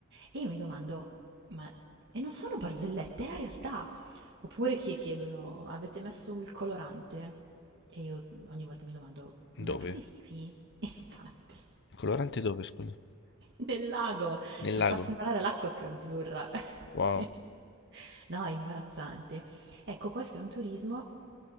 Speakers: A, on the right; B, on the left.
A: E io mi domando, ma e non sono barzellette, è la realtà. Oppure chi chiedono, avete messo il colorante? E io ogni volta mi domando, ma
B: Dove?
A: dove vivi? <laughs> E infatti,
B: Colorante dove, scusa?
A: <laughs> Nel lago,
B: Nel
A: per
B: lago.
A: far sembrare l'acqua più azzurra.
B: Wow,
A: <laughs> No, è imbarazzante. Ecco, questo è un turismo